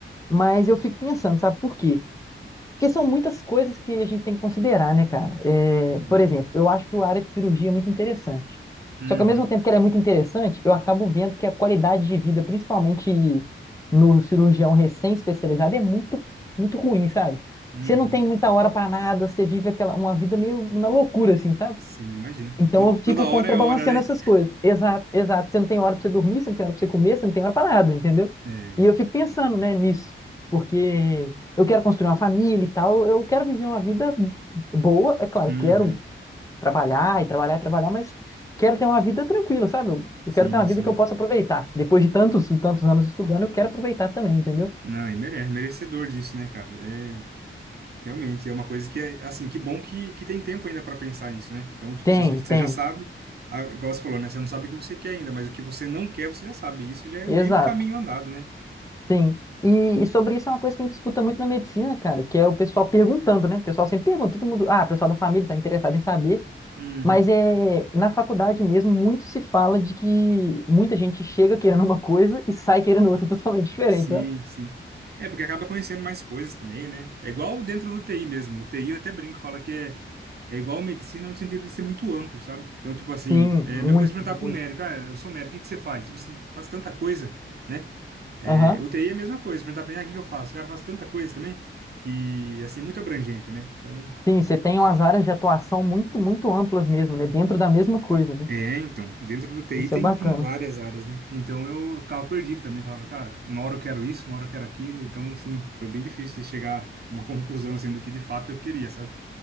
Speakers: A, on the left (about 15°); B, on the right (about 50°).
A: mas eu fico pensando, sabe por quê? Porque são muitas coisas que a gente tem que considerar, né, cara? É,
B: É.
A: por exemplo, eu acho a área de cirurgia é muito interessante.
B: Uhum,
A: Só que ao mesmo tempo que ela é muito interessante, eu acabo vendo que a qualidade de vida, principalmente no cirurgião recém-especializado, é muito, muito ruim, sabe?
B: uhum.
A: Você não tem muita hora pra nada, você vive aquela, uma vida meio na loucura, assim, sabe?
B: Sim, imagino.
A: Então
B: To-
A: eu fico
B: Toda hora
A: contrabalanceando
B: é hora, né?
A: essas coisas. Exato, exato. Você não tem hora pra você dormir, você não tem hora pra você comer, você não tem hora pra nada, entendeu?
B: É.
A: E eu fico pensando, né, nisso, porque eu quero construir uma família e tal, eu quero viver uma vida boa, é claro,
B: Uhum.
A: quero trabalhar e trabalhar e trabalhar, mas quero ter uma vida tranquila, sabe? Eu, eu
B: Sim,
A: quero ter uma vida
B: sim.
A: que eu possa aproveitar. Depois de tantos e tantos anos estudando, eu quero aproveitar também, entendeu?
B: Não, e merece, merecedor disso, né, cara? É, realmente, é uma coisa que é, assim, que bom que, que tem tempo ainda pra pensar nisso, né? Então, tipo,
A: Tem,
B: você, você
A: tem.
B: já sabe, a igual você falou, né? Você não sabe o que você quer ainda, mas o que você não quer, você já sabe. Isso já é
A: Exato.
B: meio caminho andado, né?
A: Sim. E, e sobre isso é uma coisa que a gente escuta muito na medicina, cara, que é o pessoal perguntando, né? O pessoal sempre pergunta, todo mundo, ah, o pessoal da família está interessado em saber,
B: Uhum.
A: mas é na faculdade mesmo muito se fala de que muita gente chega querendo uma coisa e sai querendo outra <laughs> totalmente diferente,
B: Sim,
A: sabe?
B: sim. É, porque acaba conhecendo mais coisas também, né? É igual dentro do TI mesmo. O TI eu até brinco, fala que é, é igual medicina no sentido de ser muito amplo, sabe? Então, tipo assim,
A: Sim,
B: é
A: muito,
B: a mesma coisa de perguntar
A: muito.
B: pro médico, ah, eu sou médico, o que que você faz? Tipo assim, faz tanta coisa, né? É,
A: Aham.
B: o TI é a mesma coisa, perguntar pra mim, ah, o que que eu faço? O cara faz tanta coisa também, que, assim, muito abrangente, né? Então,
A: Sim, você tem umas áreas de atuação muito, muito amplas mesmo, né? Dentro da mesma coisa, né?
B: É, então, dentro do TI
A: Isso
B: tem,
A: é bacana.
B: tem várias áreas, né? Então eu, eu ficava perdido também, falava, cara, uma hora eu quero isso, uma hora eu quero aquilo, então, assim, foi bem difícil de chegar numa <laughs> conclusão, assim, do que de fato eu queria, sabe?